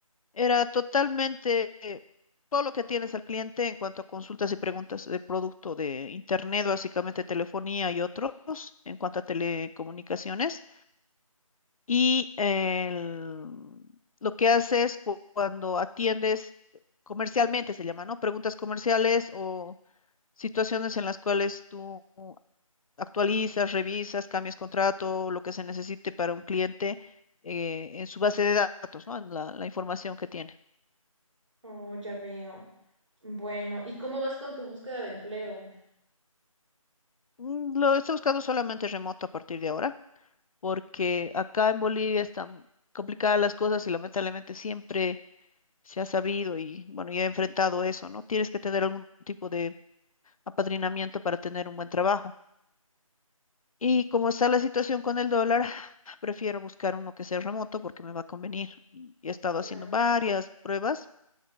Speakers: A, on the left (about 70°); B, on the right (about 55°).
A: Era totalmente eh, todo lo que tienes al cliente en cuanto a consultas y preguntas de producto de Internet, básicamente telefonía y otros, en cuanto a telecomunicaciones. Y el- lo que haces cu- cuando atiendes comercialmente, se llama, ¿no? Preguntas comerciales o situaciones en las cuales tú actualizas, revisas, cambias contrato, lo que se necesite para un cliente eh, en su base de datos, ¿no? En la la información que tiene.
B: Oh, ya veo. Bueno, ¿y cómo vas con tu búsqueda de empleo?
A: Mm, Lo estoy buscando solamente remoto a partir de ahora, porque acá en Bolivia están complicadas las cosas y lamentablemente siempre se ha sabido y bueno, ya he enfrentado eso, ¿no? Tienes que tener algún tipo de apadrinamiento para tener un buen trabajo. Y como está la situación con el dólar, <sighs> prefiero buscar uno que sea remoto porque me va a convenir. Y he estado
B: Claro.
A: haciendo varias pruebas.